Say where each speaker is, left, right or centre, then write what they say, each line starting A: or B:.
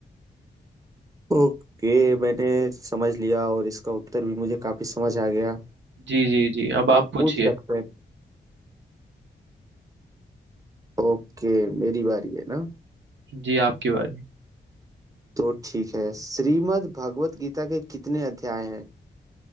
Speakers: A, on the right; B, on the right.
A: ओके मैंने समझ लिया और इसका उत्तर भी मुझे काफी समझ आ गया
B: जी जी जी अब आप
A: आप
B: पूछिए
A: पूछ सकते हैं ओके मेरी बारी है ना
B: जी आपकी बारी
A: तो ठीक है श्रीमद् भागवत गीता के कितने अध्याय हैं